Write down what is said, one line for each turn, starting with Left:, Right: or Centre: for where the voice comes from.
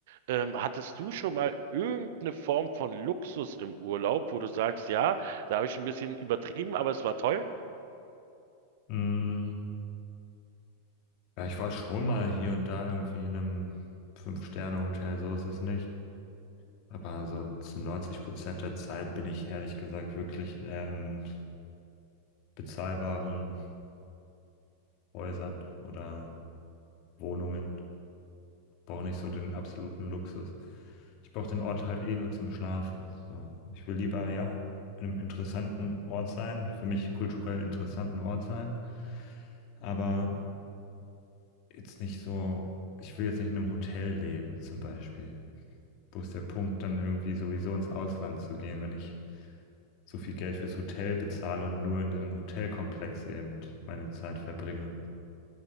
Right: Ähm, hattest du schon mal irgendeine Form von Luxus im Urlaub, wo du sagst, ja, da habe ich ein bisschen übertrieben, aber es war toll?
Left: Mm, ja, ich war schon mal hier und da irgendwie in einem Fünf-Sterne-Hotel, so ist es nicht. Aber so zu 90 Prozent der Zeit bin ich ehrlich gesagt wirklich eher in bezahlbaren Häusern oder Wohnungen. Brauche nicht so den absoluten Luxus. Ich brauche den Ort halt eh nur zum Schlafen. So, ich will lieber, ja, in einem interessanten Ort sein, für mich kulturell interessanten Ort sein, aber jetzt nicht so, ich will jetzt nicht in einem Hotel leben, zum Beispiel. Wo ist der Punkt, dann irgendwie sowieso ins Ausland zu gehen, wenn ich so viel Geld fürs Hotel bezahle und nur in dem Hotelkomplex eben meine Zeit verbringe.